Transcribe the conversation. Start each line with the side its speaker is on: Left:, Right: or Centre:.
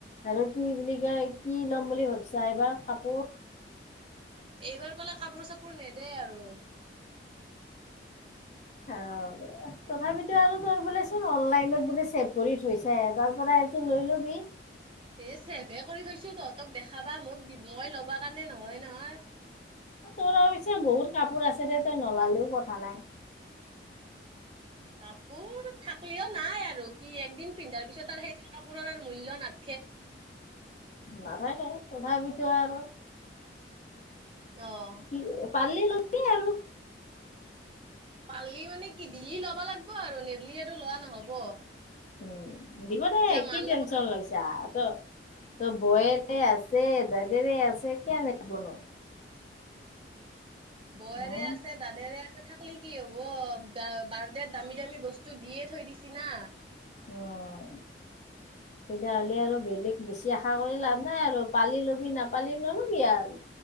Left: আৰু কি বুলি কয় কি ল'ম বুলি ভাবছা এইবাৰ কাপোৰ?
Right: এইবাৰ বোলে কাপোৰ চাপোৰ নেদে আৰু।
Left: অ', তথাপিতো আৰু তোৰ বোলে চোন অনলাইনত বোলে ছেভ কৰি থৈছে এবাৰ পৰা এযোৰ লৈ লবি।
Right: এ চেভে কৰি থৈছো তহঁতক দেখাবা মোক দি মই লবা কাৰণে নহয় নহয়।
Left: তোৰ আৰু পিছে বহুত কাপোৰ আছে দে তই নলালেও কথা নাই।
Right: কাপোৰ থাকলেও নাই আৰু কি একদিন পিন্ধাৰ পিছত আৰু সেইযোৰ কাপোৰৰ আৰু মূল্য নাথ
Left: নাথাকে তথাপিতো আৰু
Right: অ
Left: কি পাৰলি লবি আৰু।
Right: পাৰলি মানে কি দিলি লবা লাগিব আৰু নেদলিটো লোৱা নহব।
Left: উম, দিব দে
Right: এতিয়া মাৰ
Left: কি টেনচন
Right: লগত
Left: লৈছা ত'। তোৰ বৌয়েৰে আছে দাদেৰে আছে কিয়া নিদিবনো?
Right: বৌয়েৰে
Left: উম,
Right: আছে দাদেৰে আছে থাকলে কি হব বাৰডেত দামী দামী বস্তু তো দিয়ে থৈ দিছি না।
Left: অ', তেতিয়াহ'লে আৰু বেলেগ বেছি আশা কৰি লাভ নাই আৰু পালি ল'বি নাপালি নল'বি আৰ।